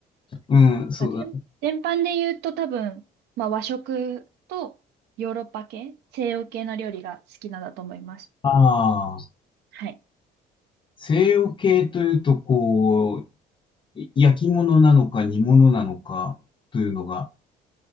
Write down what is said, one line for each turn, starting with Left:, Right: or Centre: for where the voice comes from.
Left: うん、そうだね。
Right: なんか全、全般で言うと多分、まあ和食とヨーロッパ系、西洋系の料理が好きなんだと思います。
Left: ああ、
Right: はい。
Left: 西洋系というと、こう、い焼き物なのか煮物なのかというのが。